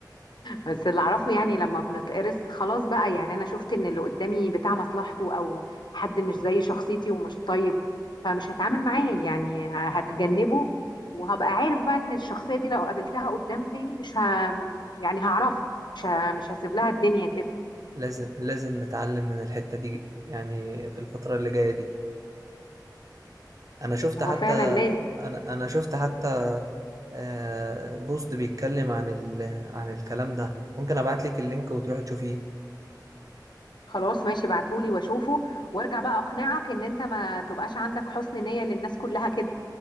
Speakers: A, on the left; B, on the right.
A: بس اللي اعرفه يعني لما بنتقرص خلاص بقى يعني انا شفت ان اللي قدامي بتاع مصلحته او حد مش زي شخصيتي ومش طيب فمش هتعامل معاه يعني ه- هتجنبه وهبقى عارف بقى ان الشخصية دي لو قابلتها قدام تاني مش ه... يعني هعرفها مش ه... مش هسيب لها الدنيا كده
B: لازم لازم نتعلم من الحتة دي يعني في الفترة اللي جاية دي انا شفت
A: هو
B: حتى
A: فعلا لازم
B: انا انا شفت حتى آه، بوست بيتكلم عن ال... عن الكلام ده ممكن ابعت لك اللينك وتروح تشوفيه
A: خلاص ماشي ابعتهولي واشوفه وارجع بقى اقنعك ان انت ما تبقاش عندك حسن نية للناس كلها كده